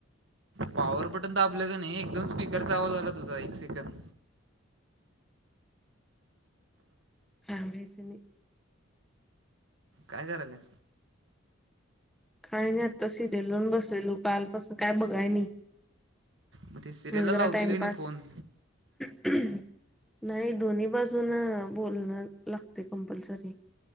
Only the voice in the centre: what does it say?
काय माहिती नाही.
काय नाही आता सिरलीय लावून बसलेलू कालपसून काय बघाय नाही.
म्हणलं जरा
टाइमपास
<unintelligible> नाही दोन्ही बाजून बोलण लागते कंपल्सरी